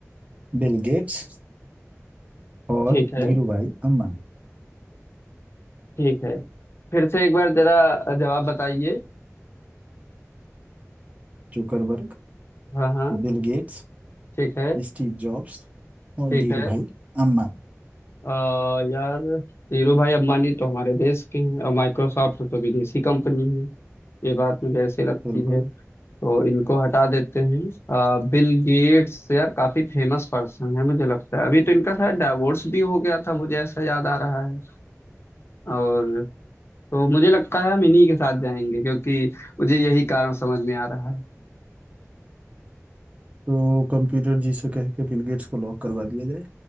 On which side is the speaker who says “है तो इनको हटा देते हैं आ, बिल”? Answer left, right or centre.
Left